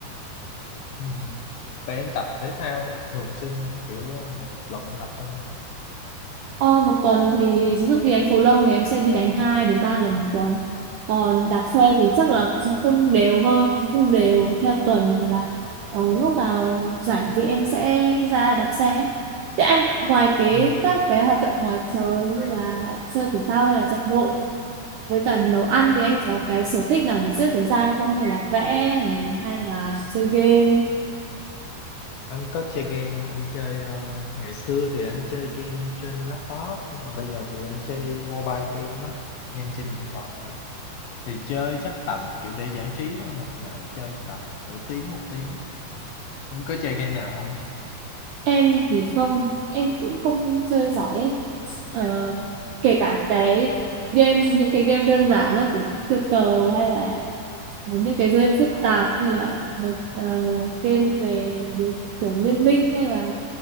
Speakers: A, on the left; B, on the right.
A: ừ. Vậy em tập thể thao thường xuyên không? Kiểu ờ, một lần em tập bao nhiêu lần?
B: Ờ, một tuần thì ví dụ đi đánh cầu lông thì em sẽ đi đánh 2 đến 3 lần một tuần. Còn đạp xe thì chắc là nó không đều hơn, nó không đều theo tuần mà là ờ, lúc nào rảnh thì em sẽ ra đạp xe. Thế anh ngoài cái
A: Ừ.
B: các cái hoạt động ngoài trời như là chơi thể thao hay là chạy bộ với cả nấu ăn thì anh có cái sở thích nào để giết thời gian không như là vẽ này hay là chơi game?
A: Anh có chơi game, anh chơi ờ, ngày xưa thì anh chơi game trên laptop nhưng mà bây giờ thì anh chơi mobile game á, game trên điện thoại. Thì chơi chắc tầm kiểu để giải trí thôi, một ngày chơi tầm nửa tiếng một tiếng. Em có chơi game nào không?
B: Em thì không, em cũng không chơi giỏi ấy Ờ, kể cả cái game những cái game đơn giản là kiểu chơi cờ hay là ờ, những cái game phức tạp như là ờ, game về đối- kiểu liên minh hay là